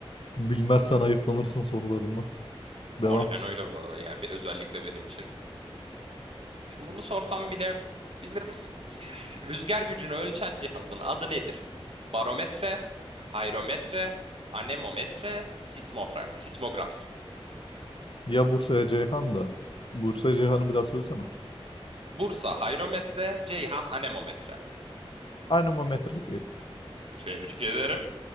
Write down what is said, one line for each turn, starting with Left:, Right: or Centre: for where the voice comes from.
Left: Bilmezsen ayıplanırsın sorularından. Devam.
Right: Aynen öyle bu arada. Yani bir özellikle benim için. Şimdi bunu sorsam bile bilir misin ki? Rüzgar gücünü ölçen cihazın adı nedir? Barometre, hayrometre, anemometre, sismofra- sismograf.
Left: Ya Bursa'ya Ceyhan da. Bursa Ceyhan'ı bir daha söylesene.
Right: Bursa hayrometre, Ceyhan anemometre.
Left: Anemometre diyelim.
Right: Tebrik ederim.